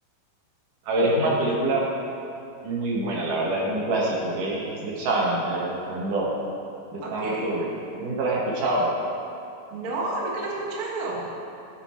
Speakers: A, on the right; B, on the right.
A: a ver, es una película Muy buena, la verdad, es un clásico que es The Shining, El Resplandor, de Stanley
B: Okay.
A: Kubrick. ¿Nunca la has escuchado?
B: No, nunca la he escuchado.